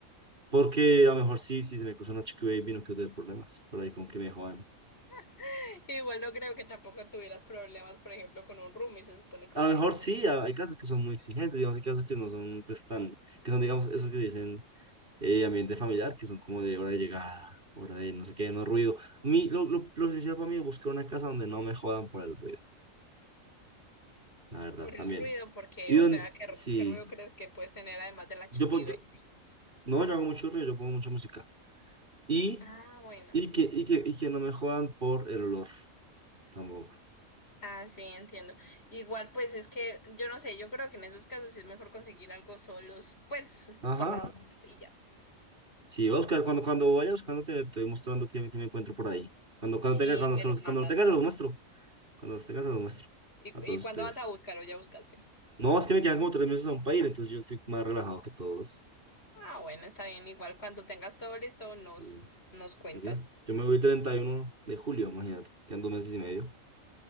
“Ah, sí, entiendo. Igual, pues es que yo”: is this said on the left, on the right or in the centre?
Left